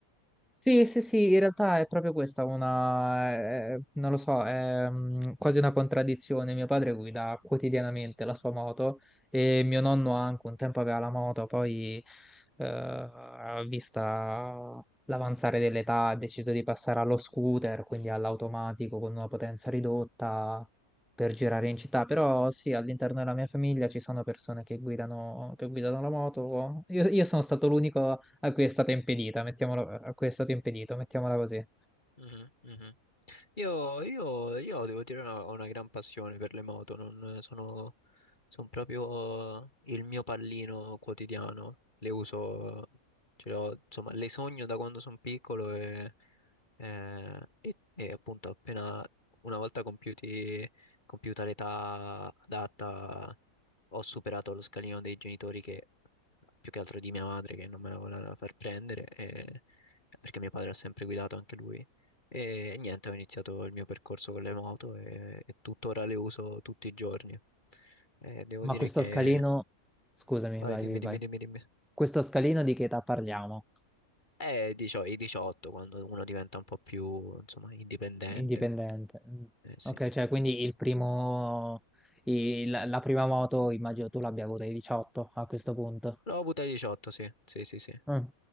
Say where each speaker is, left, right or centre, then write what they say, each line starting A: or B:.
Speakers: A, in the centre; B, on the left.
A: Sì, sì, sì, in realtà è proprio questa una, eh, non lo so, è mm, quasi una contraddizione. Mio padre guida quotidianamente la sua moto e mio nonno anche un tempo aveva la moto, poi eh, vista l'avanzare dell'età ha deciso di passare allo scooter, quindi all'automatico con una potenza ridotta per girare in città. Però sì, all'interno della mia famiglia ci sono persone che guidano, che guidano la moto. io io sono stato l'unico a cui è stata impedita, mettiamolo, a cui è stato impedito, mettiamola così.
B: Mhm, mhm. Io, io- io devo dire una- ho una gran passione per le moto, non sono, sono proprio il mio pallino quotidiano, le uso, ce le ho- insomma, le sogno da quando sono piccolo e, eh, e- e appunto appena una volta compiuti, compiuta l'età adatta ho superato lo scalino dei genitori che più che altro di mia madre che non me la voleva far prendere e- perché mio padre ha sempre guidato anche lui e niente, ho iniziato il mio percorso con le moto e, e tuttora le uso tutti i giorni. E devo
A: Ma
B: dire
A: questo
B: che...
A: scalino, scusami,
B: Vai,
A: vai,
B: dimmi,
A: vai,
B: dimmi,
A: vai.
B: dimmi, dimmi.
A: Questo scalino di che età parliamo?
B: Eh, dicio- i 18, quando uno diventa un po' più, insomma, indipendente.
A: Indipendente. Mm.
B: Eh sì.
A: Ok, cioè quindi il primo, il- la prima moto immagino tu l'abbia avuta ai 18 a questo punto.
B: L'ho avuta ai 18, sì, sì, sì, sì.
A: Mm.